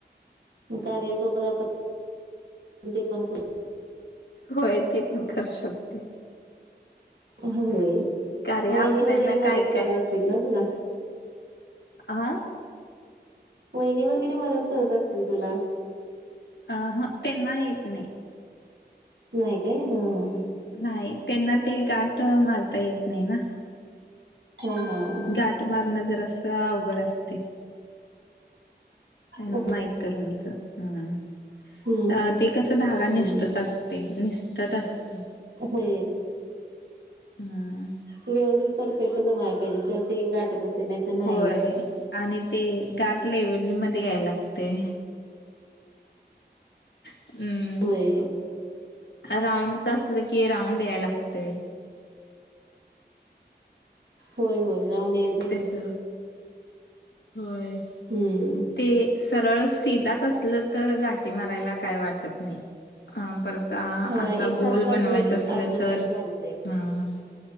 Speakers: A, on the right; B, on the left.
A: कार्या सोबत आपण ती पण क
B: होय ते पण करू शकते.
A: होय
B: कार्य
A: वहिनी
B: आपल्याना
A: वगैरे
B: काय
A: मदत करत असतील ना तुला?
B: आ?
A: वहिनी वगैरे मदत करत असतील तुला?
B: अ ह त्यांना येत नाही.
A: नाही काय हं हं.
B: नाही त्यांना ते गाठ मारता येत नाही ना.
A: हम्म हम्म.
B: गाठ मारणं जरास अवघड असतय. अ
A: हा.
B: माईकरूमचं हम्म.
A: हम्म
B: अ ते कस धागा निष्ठत
A: हम्म
B: असतय निष्ठत असतय.
A: होय
B: हम्म.
A: नियोजित परफेक्ट जमायला पाहिजे ते तर ते गाठ बसते नाहीतर नाहीच.
B: होय आणि ते गाठ लेव्हलमध्ये याय लागते. हम्म
A: होय
B: राऊंडच असल की राऊंड याय लागतय.
A: होय होय राऊंड याय ला
B: त्याच होय.
A: हम्म.
B: ते सरळ सिधाच असल तर गाठी मारायला काय वाटत नाही. अं परत आता
A: हा एकसारखं
B: गोल बनवायचं
A: असल
B: असलं तर
A: चालतय.
B: हम